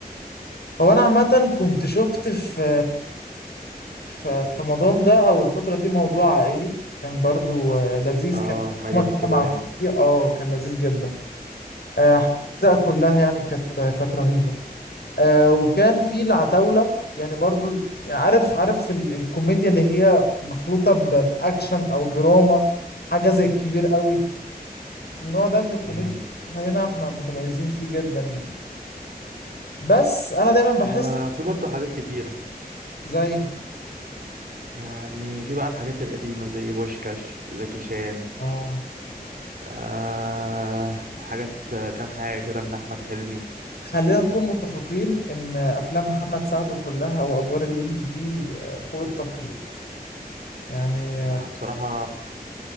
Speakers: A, on the left; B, on the right.
A: هو انا عامة كنت شفت في ففي رمضان ده او الفتره دي موضوع عائلي كان برضو آه، لذيذ
B: اه
A: كان
B: ماجد
A: هما كده
B: الكدواني
A: مع كوفي اه كان لذيذ جدا آه، الاجزاء كلها يعني كانت كانت رهيبه آه، وكان في العتاوله يعني برضو يعني عارف عارف ال- الكوميديا اللي هي مخلوطه ب- باكشن او دراما حاجه زي الكبير قوي النوع ده من الكوميديا
B: امم
A: هنا احنا متميزين فيه جدا يعني بس انا دايما بحس
B: وفي برضه حاجات كتيرة
A: زي
B: يعني في بقى الحاجات القديمة زي بوشكاش زكي شان
A: اه
B: آه حاجات آه، كام حاجة كده من أحمد حلمي
A: خلينا نكون متفقين ان افلام محمد سعد كلها او ادوار الليمبي دي آه، فوق التقييم يعني آه،
B: آه بصراحة